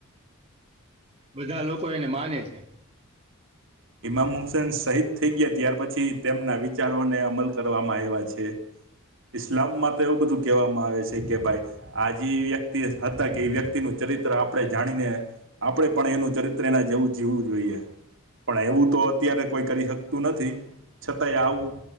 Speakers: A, on the right; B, on the right.
A: બધા લોકો એને માને છે.
B: ઈમામ હુમસેન શહીદ થઈ ગયા ત્યાર પછી તેમના વિચારોને અમલ કરવામાં આવ્યા છે. ઇસ્લામમાં તો એવું બધું કહેવામાં આવે છે કે ભાઈ. આ જે વ્યક્તિ હતા કે એ વ્યક્તિનું ચરિત્ર આપણે જાણીને આપણે પણ એનું ચરિત્ર એના જેવું જીવું જોઈએ. પણ એવું તો અત્યારે કોઈ કરી શકતું નથી, છતાંય આવું